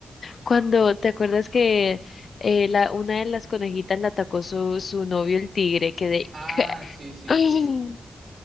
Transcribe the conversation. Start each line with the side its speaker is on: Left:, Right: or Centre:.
Left: Cuando te acuerdas que eh, la, una de las conejitas la atacó su, su novio el tigre, que de...
Right: Ah, sí, sí,
Left: Ay,
Right: sí.
Left: <gasps>